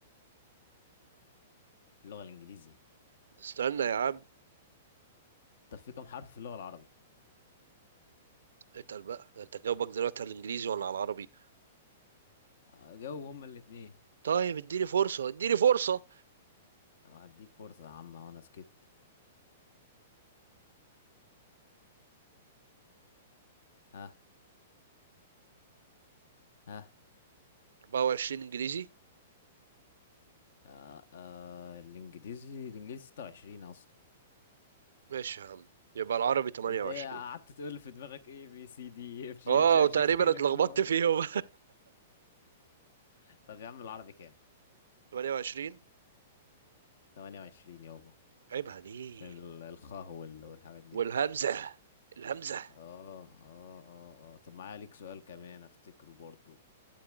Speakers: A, on the left (about 70°); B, on the right (about 80°).
A: اللغة الانجليزي
B: استنى يا عم
A: طب في كام حرف في اللغة العربي
B: اتقل بقى انت جاوبك دلوقتي على الانجليزي ولا على العربي
A: اه، جاوب هما الاتنين
B: طيب اديني فرصة اديني فرصة
A: اه، هديك فرصة يا عم وانا سكت ها ها
B: 24 انجليزي
A: آه آه الانجليزي الانجليزي 26 اصلا
B: ماشي يا عم يبقى العربي 28
A: انت ايه قعدت تقول في دماغك ايه بي سي دي اف جي
B: اه
A: اتش اي
B: وتقريبا
A: جي كي ال
B: اتلخبطت
A: من هو
B: فيهم
A: <laughs> طب يا عم العربي كام
B: <laughs> 28
A: 28 يابا
B: عيب عليك
A: عشان ال- الخاء وال- والحاجات دي
B: والهمزة الهمزة
A: اه اه اه اه طب معايا ليك سؤال كمان افتكره برضه